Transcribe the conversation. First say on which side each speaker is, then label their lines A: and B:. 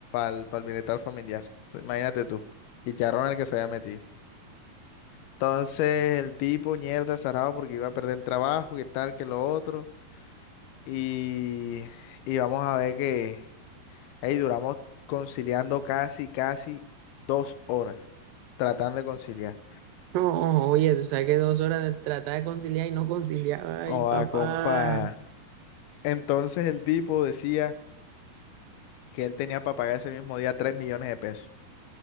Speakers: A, on the left; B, on the right.
A: el, bienestar familiar. Imagínate tú, y charrón en el que se había metido. Entonces el tipo, mierda, zarado porque iba a perder el trabajo, que tal, que lo otro. Y, y vamos a ver que ahí duramos conciliando casi, casi dos horas tratando de conciliar.
B: Oh, oye, tú sabes que dos horas de tratar de conciliar y no conciliaba. Ay,
A: O
B: papá.
A: a compa. Entonces el tipo decía que él tenía para pagar ese mismo día tres millones de pesos